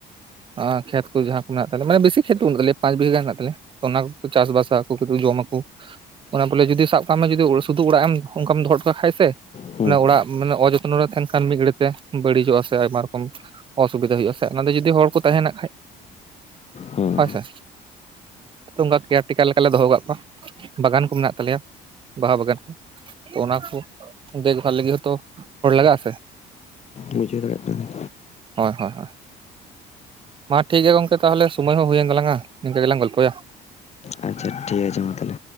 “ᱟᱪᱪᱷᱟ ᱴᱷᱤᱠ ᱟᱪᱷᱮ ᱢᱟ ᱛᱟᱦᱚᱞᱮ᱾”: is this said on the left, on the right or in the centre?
Left